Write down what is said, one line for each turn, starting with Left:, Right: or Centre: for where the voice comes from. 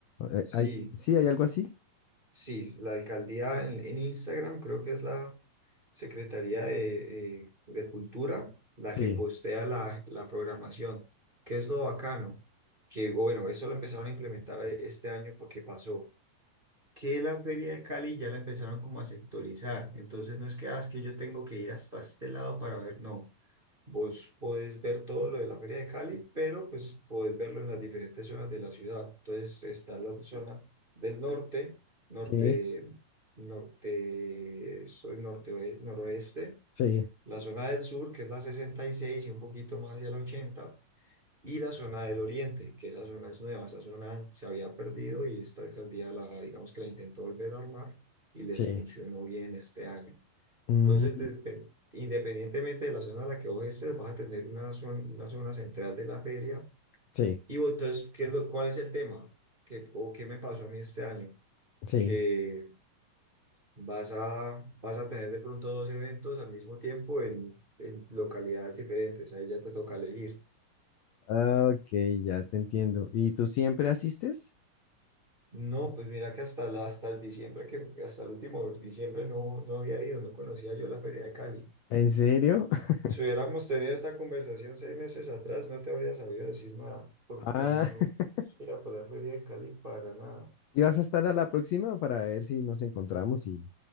Left: Eh,
Right: Sí.
Left: ¿Hay, sí, hay algo así?
Right: Sí, la alcaldía en, en Instagram creo que es la Secretaría de, eh, de Cultura la
Left: Sí,
Right: que postea la, la programación, ¿Qué es lo bacano, que bueno, eso lo empezaron a implementar eh, este año porque pasó, que la feria de Cali ya la empezaron como a sectorizar. Entonces no es que, ah, es que yo tengo que ir hasta este lado para ver, no. Vos podés ver todo lo de la feria de Cali, pero pues podés verlo en las diferentes zonas de la ciudad. Entonces está la zona del norte, norte,
Left: sí,
Right: norte, soy norte, noroeste,
Left: sí,
Right: la zona del sur, que es la sesenta y seis y un poquito más hacia la 80 y la zona del oriente, que esa zona es nueva, esa zona se había perdido y esta alcaldía la, digamos que la intentó volver a armar y les
Left: sí,
Right: funcionó bien este año.
Left: Mm,
Right: Entonces, desde- independientemente de la zona a la que vos estés, vas a tener una zona, una zona central de la feria.
Left: sí,
Right: Y vos, entonces, ¿qué es lo, cuál es el tema? ¿Qué, o qué me pasó a mí este año?
Left: sí.
Right: Que vas a, vas a tener de pronto dos eventos al mismo tiempo en, en localidades diferentes, ahí ya te toca elegir.
Left: ah, ok, ya te entiendo. ¿Y tú siempre asistes?
Right: No, pues mira que hasta, la, hasta el diciembre, que hasta el último diciembre no, no había ido, no conocía yo la Feria de Cali.
Left: ¿En serio? <laughs>
Right: Si hubiéramos tenido esta conversación seis meses atrás, no te habría sabido decir nada, porque
Left: Ah,
Right: no
Left: <laughs>
Right: era por la Feria de Cali para nada.
Left: ¿y vas a estar a la próxima para ver si nos encontramos y,